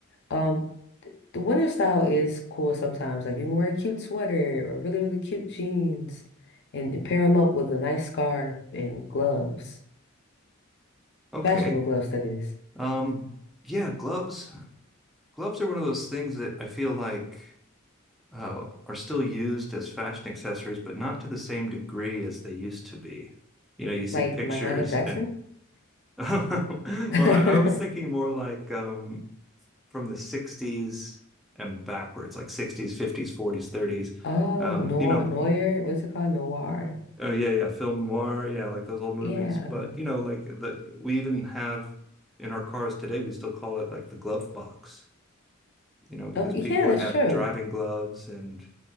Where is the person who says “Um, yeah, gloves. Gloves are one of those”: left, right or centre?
Centre